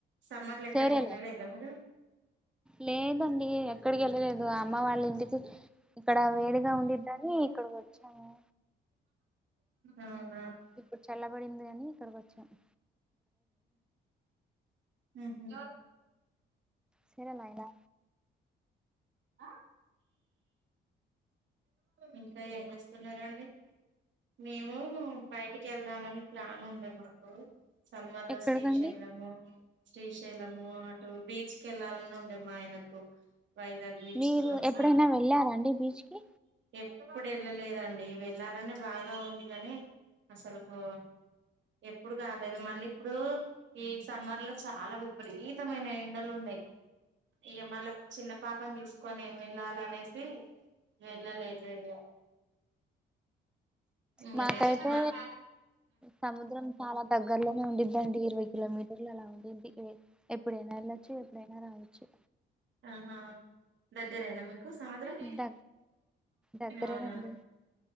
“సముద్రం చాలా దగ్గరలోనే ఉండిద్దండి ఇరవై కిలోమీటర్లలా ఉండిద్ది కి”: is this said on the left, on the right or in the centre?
Centre